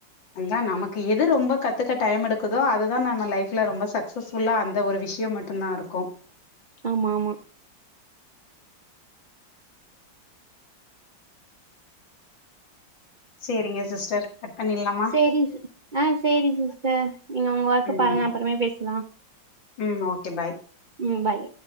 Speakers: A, on the left; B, on the right.
A: அதான் நமக்கு எது ரொம்ப கத்துக்க டைம் எடுக்குதோ அதுதான் நம்ம லைஃப்ல ரொம்ப சக்சஸ்புல்லா அந்த ஒரு விஷயம் மட்டும் தான் இருக்கும்
B: ஆமா ஆமா <inaudible>
A: சேரிங்க சிஸ்டர் கட் பண்ணிட்லாமா
B: சரி ஆ சரிங்க சிஸ்டர் நீங்க உங்க ஒர்க்
A: ம்
B: பாருங்க அப்புறமே பேசலாம்
A: ம் ஓகே பாய்
B: ம் பாய்